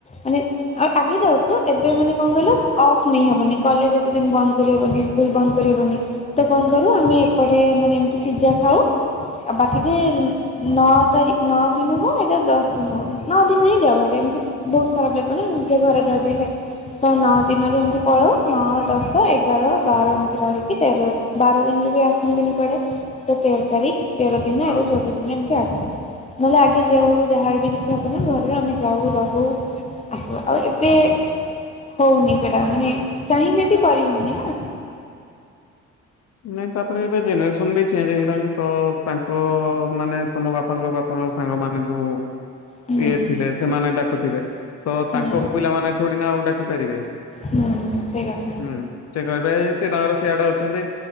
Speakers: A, on the left; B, on the left.
A: ମାନେ ଆ ଆଗେ ଯାଉଥିଲୁ। ଏବେ ମାନେ କଣ୍ କହିଲ ଅଫ୍ ନେଇହବନି କଲେଜ ଏତେ ଦିନ ବନ୍ଦ କରିହବନି। ମିସ୍କୁଲ ବନ୍ଦ କରି ହବନି। ତ କଣ୍
B: ନା
A: କରୁ ଆମେ ଏପୋଟେ ମିନେ ଏମିତି ସିଝା ଖାଉ ଆ ବାକି ଯେ ନଅ ତାରିଖ୍ ନଅ ଦିନ ହଉ ଏଟା ଦଶ ଦିନ ହଉ ନଅ ଦିନ ରେ ହିଁ ଯାଉ ହେରି କିନ୍ତୁ ବହୁତ ଖରାପ୍ ଲାଗିବ ନା ନିଜ ଘରେ ଯା ବି ହେଲେ। ତ ନଅ ଦିନରେ ଏମିତି ପଳଉ ନଅ, ଦଶ, ଏଗାର ବାର ଏମିତି ରହିକି ତେର ବାର ଦିନରେ ବି ଆସନ୍ତିନି କୁଆଡେ ତ ତେର ତାରିଖ୍ ତେର ଦିନ
B: ହଁ।
A: ଏ ଚଉଦ ଦିନ ଏମିତି ଆସୁ। ମୁଁ ଲାଗି ଯାଉ ଯାହାର ବି କିଛି ହବ ନା ଘରରୁ ଆମେ ଯାଉ ରହୁ ଆସୁ ଆଉ ଏବେ ହୋଉନି ସେଟା ମାନେ ଚାହିଁଲେ ବି କରି ହଉନି ନା
B: ନାଇଁ ତାପରେ ଏବେ ଜେନେରେସନ୍ ବି ଚେଞ୍ଜ୍ ହେଇଗଲାଣି ତ ତାଙ୍କ ମାନେ ତମ ବାପାଙ୍କ ବାପା ଆଉ ସାଙ୍ଗମାନେ ଯୋଉ
A: ହୁଁ
B: ଇଏ ଥିଲେ ସେମାନେ ଡାକୁଥିବେ ତ
A: ହୁଁ
B: ତାଙ୍କ ପିଲାମାନେ ଥୋଡିନା ଆଉ ଡାକି ପାରିବେ।
A: ହୁଁ ସେଇ କଥା
B: ହୁଁ ସେ କହିବେ ସେ ତାଙ୍କର ସେଆଡେ ଅଛନ୍ତି।